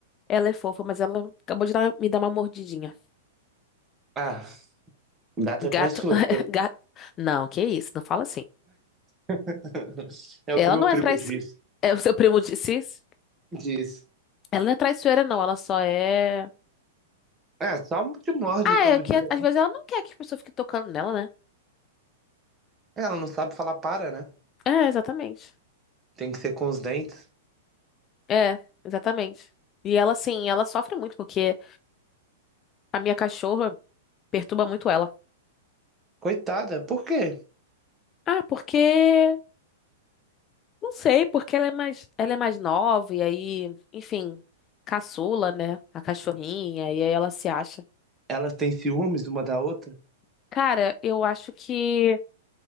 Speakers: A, on the left (about 30°); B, on the right (about 20°).
A: Ela é fofa, mas ela acabou de dar- me dar uma mordidinha.
B: Ah, gato é traiçoeiro.
A: Gato. <laughs> Gato. Não, que isso, não fala assim.
B: <laughs> É
A: Ela
B: o que o meu
A: não é
B: primo
A: traiçoeira.
B: disse.
A: É, o seu primo disse isso?
B: Disse.
A: Ela não é traiçoeira, não. Ela só é.
B: É, só te morde
A: Ah,
B: todo
A: é é que
B: dia.
A: às vezes ela não quer que as pessoas fiquem tocando nela, né?
B: Ela não sabe falar para, né?
A: É, exatamente.
B: Tem que ser com os dentes.
A: É, exatamente. E ela, assim, ela sofre muito porque a minha cachorra perturba muito ela.
B: Coitada, por quê?
A: Ah, porque. Não sei, porque ela é mais, ela é mais nova e aí, enfim, caçula, né? A cachorrinha, e aí ela se acha.
B: Elas têm ciúmes uma da outra?
A: Cara, eu acho que